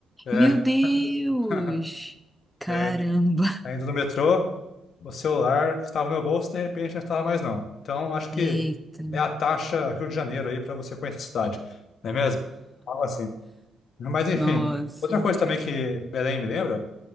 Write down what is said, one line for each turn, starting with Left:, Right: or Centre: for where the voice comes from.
Left: É,
Centre: Meu Deus!
Left: <laughs>
Centre: Caramba!
Left: é, ainda no metrô, o celular que estava no meu bolso, de repente não estava mais não. Então, acho que
Centre: Eita,
Left: é a taxa Rio de Janeiro aí para você conhecer a cidade, não é mesmo? Algo assim. Mas, enfim,
Centre: nossa.
Left: outra coisa também que Belém me lembra,